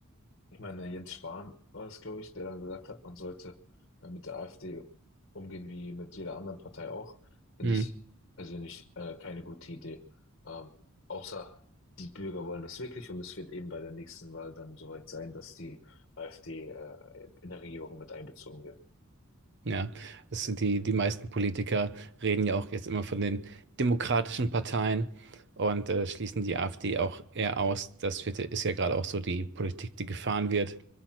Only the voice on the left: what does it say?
ich meine, Jens Spahn war es, glaube ich, der dann gesagt hat, man sollte äh, mit der AfD umgehen wie mit jeder anderen Partei auch, finde
ich persönlich äh, keine gute Idee. Ähm, außer die Bürger wollen das wirklich und es wird eben bei der nächsten Wahl dann soweit sein, dass die AfD äh, in der Regierung mit einbezogen wird.